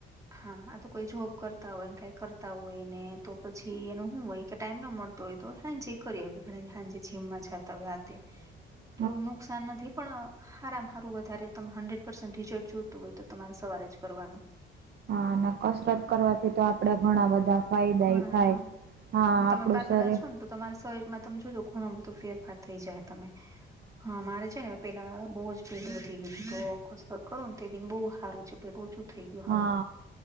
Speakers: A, on the right; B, on the right.
A: હા આ તો કોઈ જોબ કરતા હોય ને કઈ કરતા હોય ને તો પછી એનું શું હોય કે ટાઈમ ના મળતો હોય તો હાઈંજે કરી હાંજે જીમ માં જાતા હોય તો આતે
B: <inaudible>
A: તો એવું નુકસાન નથી. પણ હારમાં હારું વધારે તમે હંડ્રેડ પર્સન્ટ રિઝલ્ટ જોતું હોય તો તમારે સવારે જ કરવાનું
B: હા અને કસરત કરવાથી તો આપડે ઘણા બધા ફાયદા
A: ઘણા
B: એ થાય
A: હા
B: હા
A: એટલે
B: આપડું
A: તમે પાતળા
B: શ
A: છો ને તો તમારા શરીરમાં તમે જોજો ઘણો બધું ફેરફાર થઈ જાય તમે હા મારે છે ને પેલા બહુ જ પેટ વધી ગયું તો કસરત કરો ને તેથીને બહુ સારું છે પેટ ઓછું થઈ ગું હ
B: હા